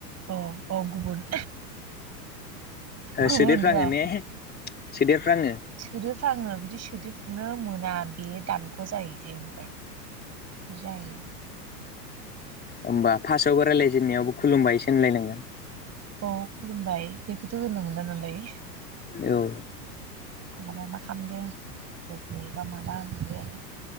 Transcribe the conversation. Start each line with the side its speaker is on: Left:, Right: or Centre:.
Right: औ औ गुबुन। गुबुन
Left: सोदेरफ्राङो
Right: राव
Left: ने सोदेरफ्राङो
Right: सोदोबफ्रांङो बिदि सोदो। नो मोना बेयो दानख' जायो जे मफ्राय जायो।
Left: होमबा फार्स्टआवबो रायज्लायजेननायावबो खुलुमबायसो होननलायनांगोन।
Right: औ खुलुमबाय बेखौथ' होननो मोना नालाय।
Left: औ।
Right: खुलाबा मा खामदों लोगो बा माबा नुबाय आरो।